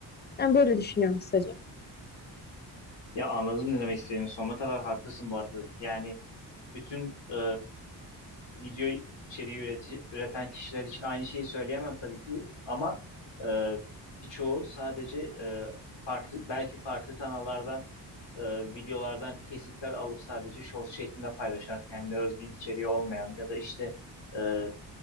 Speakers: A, on the left; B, on the left.
A: Ben böyle düşünüyorum kısaca.
B: Ya anladım ne demek istediğini. Sonuna kadar haklısın bu arada. Yani bütün e, video içeriği üreti- üreten kişiler için aynı şeyi söyleyemem tabii ki. Ama e, birçoğu sadece e, farklı belki farklı kanallardan e, videolardan kesitler alıp sadece short şeklinde paylaşan kendine özgü içeriği olmayan ya da işte e,